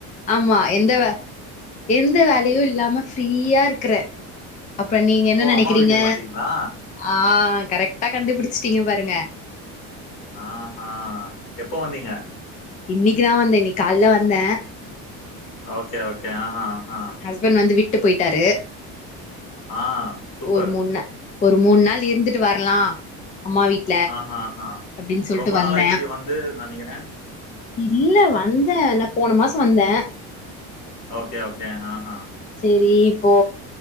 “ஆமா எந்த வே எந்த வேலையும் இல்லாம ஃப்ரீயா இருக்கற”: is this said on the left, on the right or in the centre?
Left